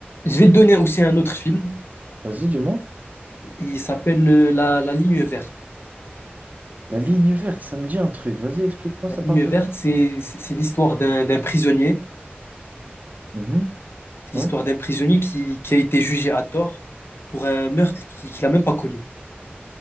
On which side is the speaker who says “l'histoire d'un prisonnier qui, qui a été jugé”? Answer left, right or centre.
Left